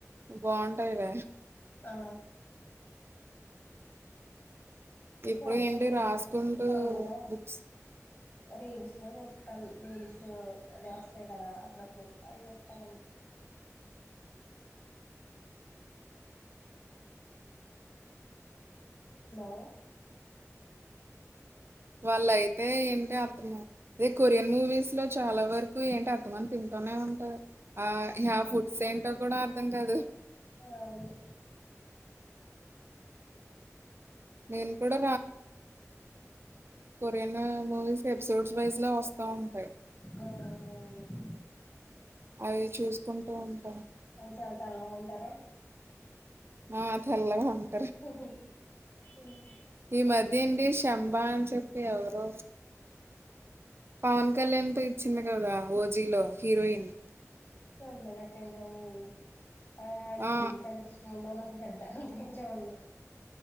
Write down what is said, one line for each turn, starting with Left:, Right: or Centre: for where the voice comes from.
Right: బాగుంటాయి ర
Left: ఆ
Right: ఇప్పుడు
Left: చూడనక్క
Right: ఏంటి
Left: ఎప్పుడు
Right: రాసుకుంటూ
Left: మామూలుగా
Right: బుక్స్
Left: రీల్స్ లో చూస్తా రీల్స్ అదే వస్తాయి కదా అప్పుడప్పుడు అవి చూస్తాను అంతే హలో
Right: వాళ్ళ అయితే ఏంటి అర్థమ అదే కొరియన్ మూవీస్ లో చాలా వరకు ఏంటి అర్థమని తి నే ఉంటారు ఆ ఆ ఫుడ్స్ ఏంటో కూడా అర్ధం కాదు
Left: అవును
Right: నేను కూడా ఎప్పుడన్నా మూవీస్ ఎపిసోడ్స్ వైజ్ లో వస్తా ఉంటాయి
Left: ఆ అవును
Right: అవి చూసుకుంటూ ఉంటా
Left: వాళ్ళు చాలా తెల్లగా ఉంటారే
Right: ఆ తెల్లాగా ఉంటా
Left: <inaudible>
Right: ఈ మధ్య ఏంటి శంబా అని చెప్పి ఎవరో పవన్ కళ్యాణ్ తో ఇచ్చింది కదా ఓజీలో హీరోయిన్
Left: చూడలేదక్క ఇంకా మూవి అ ఆడు మూవీస్
Right: ఆ
Left: అంటే ఇష్టముండవు నాకు పెద్ద అందుకే చూడను